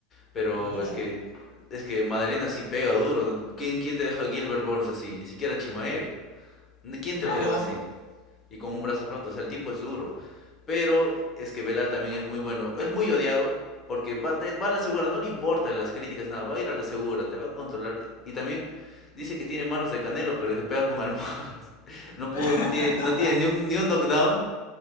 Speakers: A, on the left; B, on the left.
A: Pero
B: ¡Boom!
A: es que, es que Madalena sí pega duro, ¿no? ¿quién, quién te deja a Gilbert Burns así? Ni siquiera Chimaev, ¿quién te
B: ¡Claro!
A: lo deja así? y con un brazo roto. O sea, el tipo es duro. Pero es que Belal también es muy bueno. Es muy odiado porque va, te- va a la segura, no le importa las críticas, nada. Va a ir a la segura, te va a controlar. Y también dice que tiene manos de canelo, pero que pega con <laughs> almohadas. No
B: <laughs>
A: pudo, no tiene, no tiene ni un, ni un knockdown.